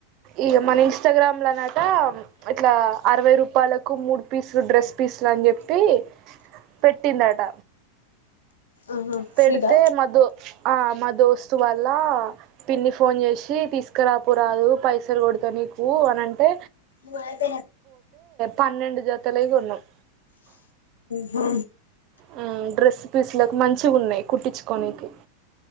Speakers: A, on the right; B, on the left.
A: ఈ మన ఇంస్టాగ్రామ్లోనట ఇట్లా అరవై రూపాయలకు మూడు పీసులు డ్రెస్ పీసులు అని చెప్పి పెట్టిందట
B: ఆహా
A: పెడితే
B: స్వీటా
A: మా దో ఆ మా దోస్ త్ వల్ల పిన్ని ఫోన్ చేసి తీస్ తీసుకురాపోరా అది పైసలు కొడతా నీకు అనంటే
B: హ్మ్మ్
A: పన్నెండు జతలయి కొన్నాం
B: హు
A: మ్మ్ డ్రెస్ పీస్లలకు మంచి ఉన్నాయి కుట్టించుకోనికి